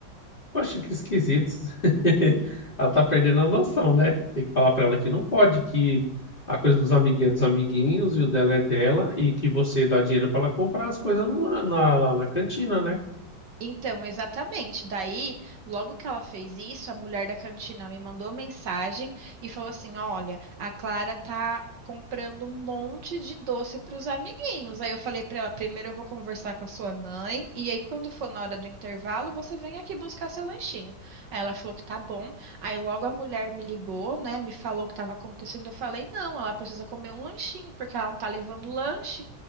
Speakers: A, on the left; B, on the right.
A: Poxa, que esquisito. <laughs> Ela tá perdendo a noção, né? Tem que falar pra ela que não pode, que a coisa dos amiguinhos é dos amiguinhos e o dela é dela e que você dá dinheiro pra ela comprar as coisas no- na, na, lá na cantina, né?
B: Então, exatamente. Daí, logo que ela fez isso, a mulher da cantina me mandou mensagem e falou assim: Olha, a Clara tá comprando um monte de doce para os amiguinhos. Aí eu falei para ela: primeiro eu vou conversar com a sua mãe, e aí quando for na hora do intervalo, você vem aqui buscar seu lanchinho. Aí ela falou que tá bom. Aí logo a mulher me ligou, né, me falou o que estava acontecendo. Eu falei: Não, ela precisa comer um lanchinho, porque ela não tá levando lanche.